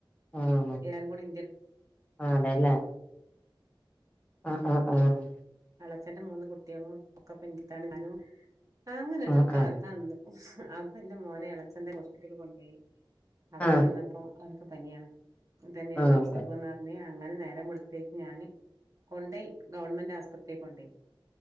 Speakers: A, on the left; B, on the right.
A: ആഹ് ആഹ്
B: എല്ലാരും കൂടി ൻ്റെ
A: ആഹ് അതെല്ലേ ആഹ് ആഹ് ആഹ്
B: ച്ഛന്റെ മൂന്ന് കുട്ടിയാളും ഒക്കെ <unintelligible> ഞാനും അങ്ങനെ ഒരു
A: ആഹ്
B: കഥ
A: ആഹ്
B: അന്ന് <unintelligible> അം ഞാ ഇന്റെ മോനെ എളേച്ചൻ്റെ ഹോസ്പി റ്റല് കൊണ്ടോയി അവിടെ
A: ആഹ്
B: ചെന്നപ്പോ അവൻക്ക് പനിയാണ് തന്നെയും
A: ആഹ് ആഹ്
B: അവസ്ഥ
A: അതെ
B: പറഞ്ഞ് അങ്ങനെ നേരെ വെളുത്തേക്ക് ഞാന് കൊണ്ടയി ഗവൺമെന്റ് ആസുപത്രി കൊണ്ടോയി